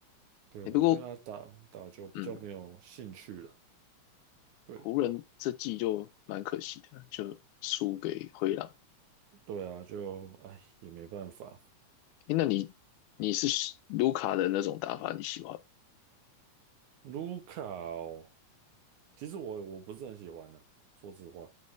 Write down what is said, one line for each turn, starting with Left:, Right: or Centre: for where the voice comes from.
Right: 对我对他打打球比较没有兴趣了。
Left: 诶，不过，嗯，
Right: 对
Left: 湖人这季就蛮可惜的，就输给灰狼。
Right: 对啊，就哎也没办法。
Left: 诶，那你你是卢卡的那种打法，你喜欢吗
Right: 卢卡哦其实我我不是很喜欢的、说实话，